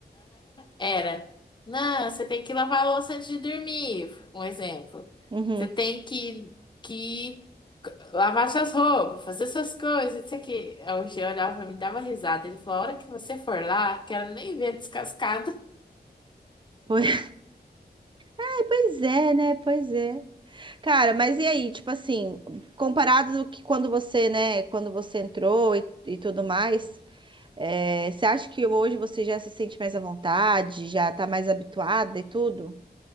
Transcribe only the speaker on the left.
era. Não, você tem que lavar a louça antes de dormir, um exemplo.
Você tem que, que lavar suas roupas, fazer suas coisas, isso aqui. Aí o Jean olhava pra mim, dava risada. Ele falou, a hora que você for lá, quero nem ver descascado.